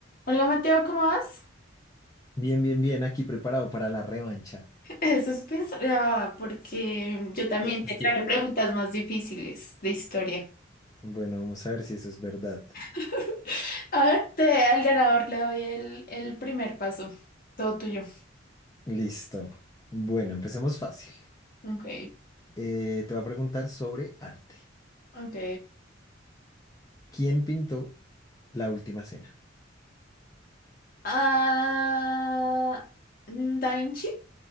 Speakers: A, on the left; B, on the left.
A: Hola Mateo, ¿cómo vas?
B: Bien, bien, bien, aquí preparado para la revancha.
A: Eso es pensar, porque yo también
B: Eh,
A: te
B: Este,
A: traje preguntas más difíciles de historia.
B: Bueno, vamos a ver si eso es verdad.
A: <laughs> A ver, te, al ganador le doy el, el primer paso. Todo tuyo.
B: Listo. Bueno, empecemos fácil.
A: Ok,
B: Eh, te voy a preguntar sobre arte.
A: ok.
B: ¿Quién pintó La Última Cena?
A: Ah, mm, Da Vinci.